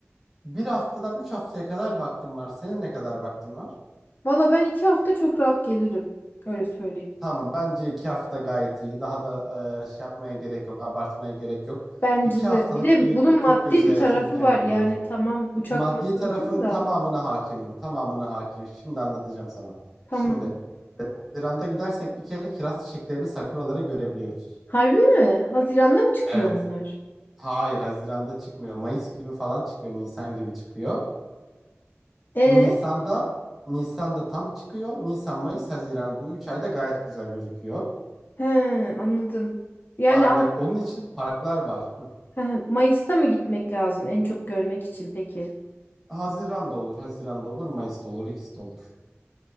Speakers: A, in the centre; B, on the left (about 45°).
A: Bir haftadan 3 haftaya kadar vaktim var. Senin ne kadar vaktin var?
B: Valla ben iki hafta çok rahat gelirim. Öyle söyleyeyim.
A: Tamam bence 2 hafta gayet iyi. Daha da e, şey yapmaya gerek yok. Abartmaya gerek yok.
B: Bence
A: 2
B: de.
A: haftalık
B: Bir de
A: bir
B: bunun
A: e, Tokyo
B: maddi
A: seyahati
B: bir tarafı
A: mükemmel
B: var. Yani
A: olur.
B: tamam uçak
A: Maddi
B: bileti
A: tarafın
B: uygun da.
A: tamamına hakimim. Tamamına hakimim. Şimdi anlatacağım sana.
B: Tamam.
A: Şimdi Haziran'da gidersek bir kere kiraz çiçeklerini sakuraları görebiliyoruz.
B: Harbi mi? Haziran'da mı çıkıyor
A: Evet.
B: onlar?
A: Hayır, Haziran'da çıkmıyor. Mayıs gibi falan çıkıyor. Nisan gibi çıkıyor.
B: E,
A: Nisan'da Nisan'da tam çıkıyor. Nisan, Mayıs, Haziran bu 3 ayda gayet güzel gözüküyor.
B: he, anladım. Yani
A: Aynen.
B: a-
A: Onun için parklar var. Hı.
B: he, he, Mayıs'ta mı gitmek lazım en çok görmek için peki?
A: Haziran'da olur, Haziran'da olur, Mayıs'ta olur, ikisi de olur.